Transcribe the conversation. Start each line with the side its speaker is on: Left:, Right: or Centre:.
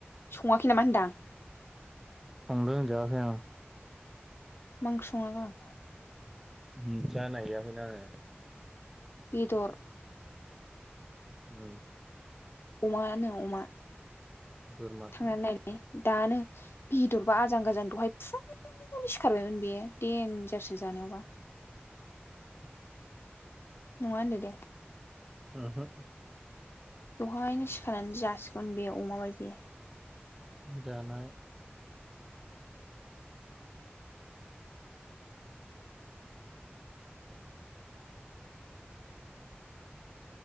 Left: सङाखै नामा होनदां?
Centre: संदों जायाखै आं।
Left: मा ओंख्रि संना गालांखो।
Centre: मोन्थिया नायाखैनो‌ आङो।
Left: बेदर।
Centre: उम।
Left: अमा नो अमा।
Centre: बोरमासो।
Left: थांनानै नायलाय दानो बेदरबा आजां गाजां दहाय फुंनो सिखारबायमोन बेयो देन्जारसो जानायावबा।
Centre: <inaudible>
Left: नङा होनदो दे‌।
Centre: उमहु।
Left: दहायनो सिखारनानै जासिगोन बे अमा बायदि।
Centre: जानाय